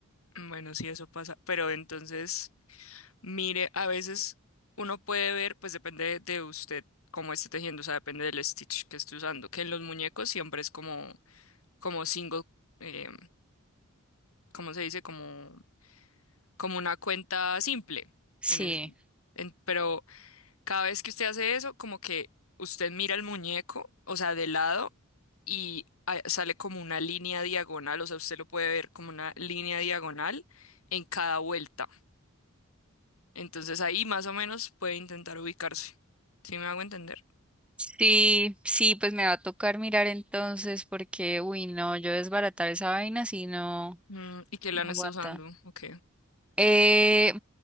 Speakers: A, on the left; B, in the centre.
A: Bueno, sí, eso pasa, pero entonces, mire, a veces uno puede ver, pues depende de usted cómo esté tejiendo, o sea, depende del stitch que esté usando, que en los muñecos siempre es como, como single, eh, ¿cómo se dice? Como, como una cuenta simple,
B: sí,
A: en es- en- pero cada vez que usted hace eso, como que usted mira el muñeco, o sea, de lado, y ah, sale como una línea diagonal, o sea, usted lo puede ver como una línea diagonal en cada vuelta. Entonces ahí más o menos puede intentar ubicarse. ¿Sí me hago entender?
B: sí, sí, pues me va a tocar mirar entonces porque, uy, no, yo desbaratar esa vaina si no,
A: Mm, ¿y qué lana
B: no aguanta.
A: está usando? Ok.
B: Eh,